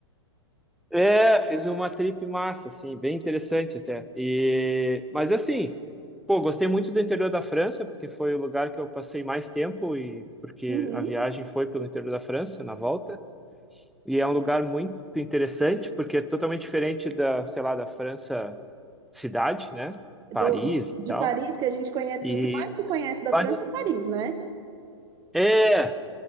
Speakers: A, in the centre; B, on the right.
A: É, fiz uma trip massa, assim, bem interessante até. E, mas assim, pô, gostei muito do interior da França, porque foi o lugar que eu passei mais tempo e porque
B: Uhum.
A: a viagem foi pelo interior da França na volta. E é um lugar muito interessante, porque é totalmente diferente da, sei lá, da França cidade, né? Paris
B: Do,
A: e
B: de
A: tal.
B: Paris, que a gente conhece, porque
A: E
B: o que mais se conhece da
A: mas,
B: França é Paris, né?
A: é,